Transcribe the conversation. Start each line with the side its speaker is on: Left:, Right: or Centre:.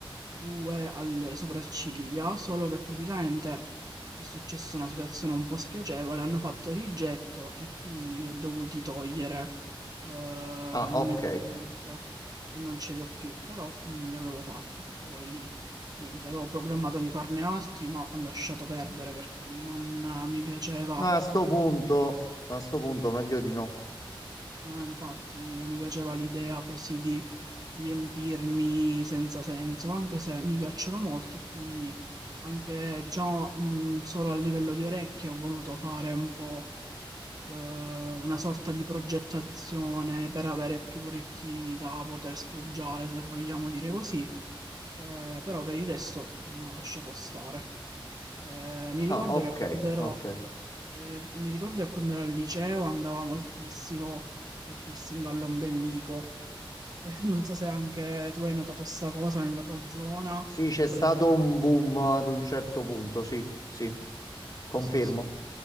Right: due alle sopracciglia, solo che praticamente è successa una situazione un po' spiacevole, hanno fatto rigetto e quindi li ho dovuti togliere eh,
Left: Ah,
Right: immediatamente
Left: ok.
Right: e non ce li ho più, però mh, li avevo fatti e poi niente, avevo programmato di farne altri, ma ho lasciato perdere perché non eh, mi piaceva,
Left: No, a sto punto, a sto punto meglio di no.
Right: non ho, infatti, non mi piaceva l'idea così di riempirmi senza senso, anche se mi piacciono molto e quindi anche diciamo mh, solo a livello di orecchie ho voluto fare un po' eh, una sorta di progettazione per avere più orecchini da poter sfoggiare, se vogliamo dire così. Eh, però per il resto mh, ho lasciato stare. Eh, mi ricordo
Left: Ah, ok,
Right: che quando ero,
Left: ok.
Right: eh, mi ricordo che quando ero al liceo andava moltissimo il piercing all'ombelico. <laughs> Non so se anche tu hai notato sta cosa nella tua zona,
Left: Sì, c'è
Right: oppure
Left: stato
Right: se era...
Left: un boom ad un certo punto, sì, sì.
Right: Sì,
Left: Confermo.
Right: sì, sì.